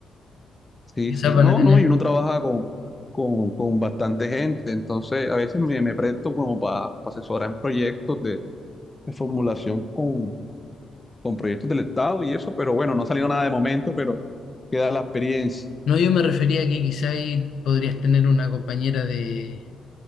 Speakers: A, on the left; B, on the left.
A: Sí,
B: Quizás
A: sí,
B: van
A: no,
B: a tener.
A: no, y uno trabaja con, con, con bastante gente, entonces a veces me, me presto como para asesorar en proyectos de, de formulación con, con proyectos del Estado y eso, pero bueno, no ha salido nada de momento, pero queda la experiencia.
B: No, yo me refería a que quizás ahí podrías tener una compañera de,